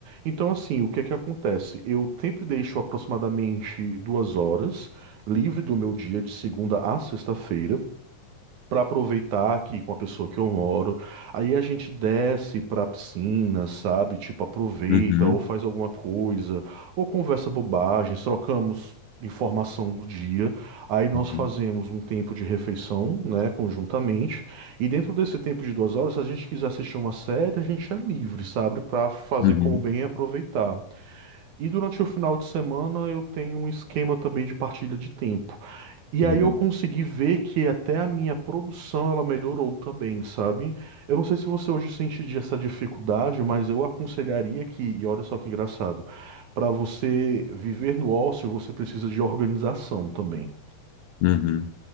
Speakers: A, on the right (about 65°); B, on the left (about 75°).
A: Então, assim, o que é que acontece? Eu sempre deixo aproximadamente duas horas livre do meu dia de segunda a sexta-feira para aproveitar aqui com a pessoa que eu moro. Aí a gente desce pra piscina, sabe? Tipo, aproveita
B: uhum,
A: ou faz alguma coisa, ou conversa bobagens, trocamos informação do dia. Aí nós
B: uhum,
A: fazemos um tempo de refeição, né, conjuntamente. E dentro desse tempo de duas horas, se a gente quiser assistir uma série, a gente é livre, sabe? Pra fazer
B: uhum,
A: como bem e aproveitar. E durante o final de semana eu tenho um esquema também de partilha de tempo. E
B: uhum,
A: aí eu consegui ver que até a minha produção ela melhorou também, sabe? Eu não sei se você hoje sente de- essa dificuldade, mas eu aconselharia que, e olha só que engraçado, para você viver no ócio, você precisa de organização também.
B: uhum.